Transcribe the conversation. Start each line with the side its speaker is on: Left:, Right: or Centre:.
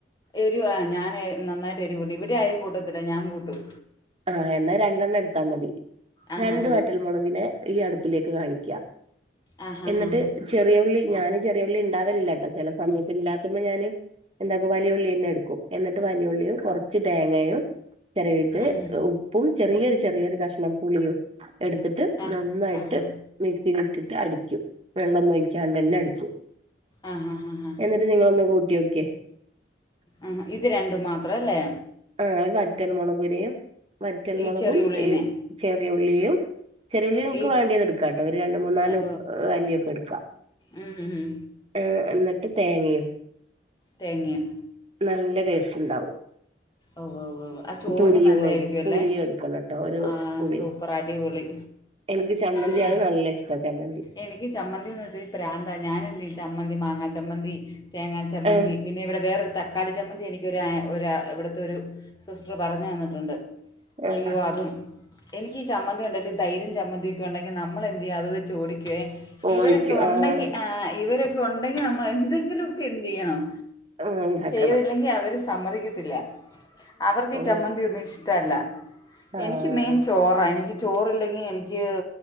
Left: എരുവാ ഞാൻ നന്നായിട്ട് എരു കൂട്ടു ഇവിടെ ആരും കൂട്ടത്തില്ല ഞാൻ കൂട്ടും
Right: ആഹ് എന്നാൽ രണ്ടെണ്ണം എടുത്താൽ മതി
Left: ആ
Right: രണ്ട്
Left: ഹാ ഹാ
Right: വറ്റൽ മൊളകിനെ ഈ അടുപ്പിലേക്ക് കാണിക്ക
Left: ആ ഹാ
Right: എന്നിട്ട്
Left: ഹാ
Right: ചെ റിയ ഉള്ളി ഞാന് ചെറിയുള്ളി ഉണ്ടാവലില്ല കേട്ടോ ചില സമയത്തില്ലാത്തുമ്പോ ഞാന് എന്താക്കും വലിയുള്ളി തന്നെ എടുക്കും എന്നിട്ട് വലിയുള്ളിയും കുറച്ച് തേങ്ങയും ചെറവിട്ട്
Left: ഉം ഉം.
Right: ഉപ്പും ചെറിയൊരു ചെറിയൊരു കഷ്ണം പുളിയും എടുത്തിട്ട്
Left: ആ
Right: നന്നായിട്ട്
Left: ആ ഹാ
Right: മിക്സിൽ ഇട്ടിട്ട് അടിക്കും വെള്ളം ഒഴിക്കാണ്ട് തന്നെ അടിക്കും
Left: ആ ഹാ ഹാ ഹാ
Right: എന്നിട്ട് നിങ്ങളൊ ഒന്ന് കൂട്ടിയോക്കെ
Left: ആഹ് ഇത് രണ്ടു മാത്രല്ലേ
Right: ആഹ് വറ്റൽമുളകിനെയും വറ്റൽമുളകും
Left: ഈ ചെറിയുള്ളീനെ
Right: ഈ ചെറിയ ഉള്ളിയും ചെറിയ ഉള്ളി നിങ്ങക്ക്
Left: ഈ
Right: വേണ്ടിയത് എടുക്കാട്ടോ ഒരു രണ്ട് മൂന്നാല്
Left: ഓ
Right: അല്ലിയൊക്കെ എടുക്കാ
Left: ഉം ഉം ഉം.
Right: ഏഹ് എന്നിട്ട് തേങ്ങയും
Left: തേങ്ങയും
Right: നല്ല ടേസ്റ്റ് ഉണ്ടാവും
Left: ഉവ്‌ ഉവ് വ് ആ ചോറിന്
Right: പുളിയും
Left: നല്ലതായിരിക്കും
Right: ഒഴി- പുളിയും
Left: അല്ലെ
Right: എടുക്കണം കേട്ടോ ഒരു
Left: ആ
Right: പുളിയും
Left: സൂപ്പർ അടിപൊളി
Right: എനിക്ക് ചമ്മന്തി
Left: ചെ
Right: അത് നല്ല ഇഷ്ടാ ചമ്മന്തി
Left: എനിക്ക് ചമ്മന്തിന്ന് വെച്ചാൽ പ്രാന്ത ഞാൻ എന് ചമ്മന്തി മാങ്ങാ ചമ്മന്തി തേങ്ങാ ചമ്മന്തി
Right: ആഹ്
Left: പിന്നെ ഇവിടെ വേറൊരു തക്കാളി ചമ്മന്തി എനിക്കൊരു ഒ ഇവട്ത്തെ ഒരു സിസ്റ്റർ പറഞ്ഞു തന്നിട്ടുണ്ട്
Right: ആഹ്
Left: അയ്യോ അതും എനിക്ക് ഈ ചമ്മന്തി ഉണ്ടെങ്കി തൈരും ചമ്മന്തിയൊക്കെ ഉണ്ടെങ്കിൽ നമ്മൾ എന്ത് ചെയ്യ അത് വെച്ച് ഓടിക്കേ
Right: കോഴിക്ക്
Left: ഇവരൊക്കെ ഉണ്ടെങ്കി
Right: ആഹ്
Left: ആ ഇവരൊക്കെ ഉണ്ടെങ്കി നമ്മൾ എന്തെങ്കിലൊക്കെ എന്ത് ചെയ്യണം
Right: ആഹ് ഉണ്ടാക്കണം
Left: ചെയ്തില്ലെങ്കി അവര് സമ്മതിക്കത്തില്ല അവർക്ക് ഈ
Right: ഓ
Left: ചമ്മന്തി ഒന്നും ഇഷ്ടല്ല
Right: ആഹ്
Left: എനിക്ക് മെയിൻ ചോറ എനിക്ക് ചോറ്ല്ലെങ്കി എനിക്ക്